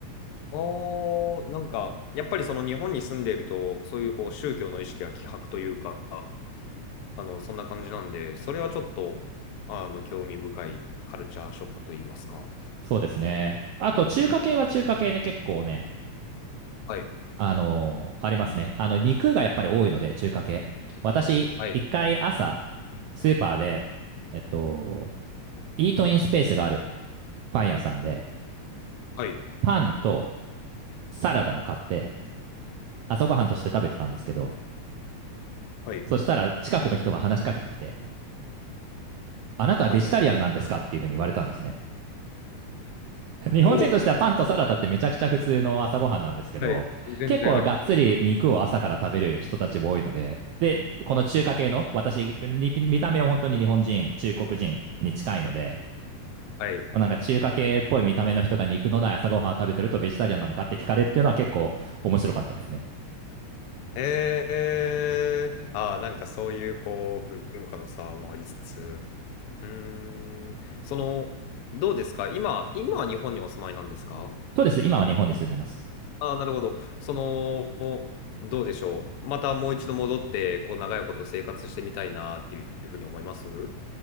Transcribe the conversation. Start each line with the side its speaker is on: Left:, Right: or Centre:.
Left: ああ、なんか、やっぱりその日本に住んでいると、そういうこう宗教の意識が希薄というか、あの、そんな感じなんで、それはちょっと、あの、興味深いカルチャーショックと言いますか。
Right: そうですね。あと中華系は中華系で結構ね、
Left: はい、
Right: あのーありますね。あの肉がやっぱり多いので中華系。私、
Left: はい、
Right: 一回朝スーパーで、えっと、イートインスペースがあるパン屋さんで
Left: はい、
Right: パンとサラダを買って朝ごはんとして食べてたんですけど、
Left: はい、
Right: そしたら近くの人が話しかけてきて、あなたはベジタリアンなんですかっていうふうに言われたんですね。
Left: はい、はい。<laughs>
Right: <laughs> 日本人としてはパンとサラダってめちゃくちゃ普通の朝ごはんなんですけど、
Left: ほう。はい、全然ありますね。
Right: 結構がっつり肉を朝から食べる人たちも多いので、で、この中華系の、私、に見た目は本当に日本人、中国人に近いので、
Left: はい。
Right: なんか中華系っぽい見た目の人が肉のない朝ごはんを食べてるとベジタリアンなのかって聞かれるっていうのは結構面白かったですね。
Left: えー、ああ、なんかそういうこう、文化の差もありつつ、うーん、その、どうですか今、今は日本にお住まいなんですか
Right: そうです、今は日本に住んでます。
Left: ああ、なるほど。その、どうでしょう。またもう一度戻って、こう、長いこと生活してみたいなっていうふうに思います